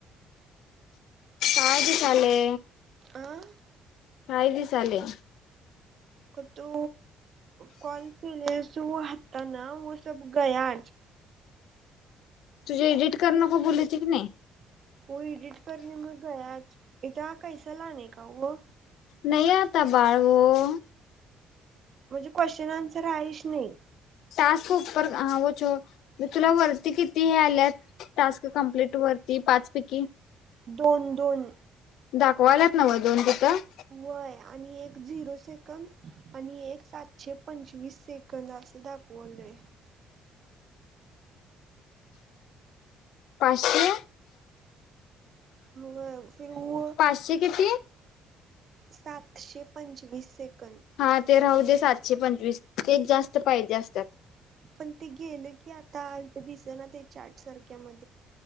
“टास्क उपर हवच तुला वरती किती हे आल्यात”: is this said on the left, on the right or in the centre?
Left